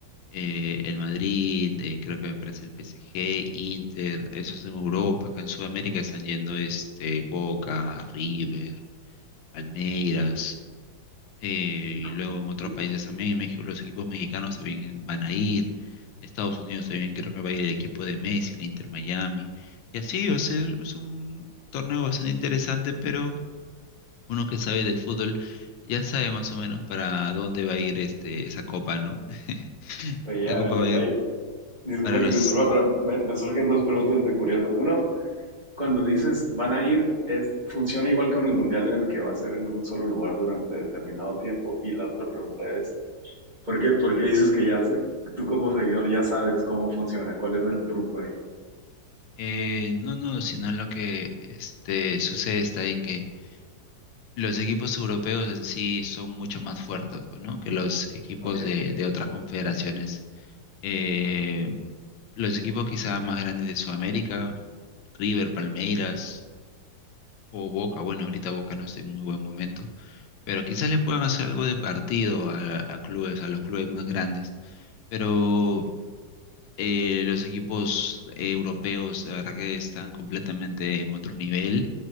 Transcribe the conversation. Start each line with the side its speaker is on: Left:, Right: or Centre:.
Left: eh, el Madrid, eh, creo que me parece el PSG, Inter, eso es en Europa, acá en Sudamérica están yendo este Boca, River, Palmeiras, eh,
Right: Y co-
Left: y luego en otros
Right: y-
Left: países también, en México los equipos mexicanos también van a ir, Estados Unidos también creo que va a ir el equipo de Messi, el Inter Miami, y así va a ser, es un torneo bastante interesante, pero uno que sabe de fútbol ya sabe más o menos para dónde va a ir este esa copa, ¿no? <laughs>
Right: Oye,
Left: La
Right: a
Left: copa
Right: ver,
Left: va a ir
Right: ahí, disculpa
Left: para
Right: que
Left: los
Right: te interrumpa, pero me, me surgen dos preguntas de curioso. Uno, cuando dices van a ir, es, ¿funciona igual con el mundial en el que va a ser en un solo lugar durante determinado tiempo? Y la otra pregunta es, ¿por qué, por qué dices que ya, se- tú como seguidor ya sabes cómo funciona? ¿Cuál es el truco ahí?
Left: Eh, no, no, sino lo que este, sucede está en que los equipos europeos en sí son mucho más fuertes, pues, ¿no? Que los equipos
Right: Ok.
Left: de, de otras confederaciones. Eh, los equipos quizá más grandes de Sudamérica, River, Palmeiras o Boca, bueno, ahorita Boca no está en muy buen momento, pero quizás le puedan hacer algo de partido a, a clubes, a los clubes más grandes. Pero Eh, los equipos europeos, la verdad que están completamente en otro nivel.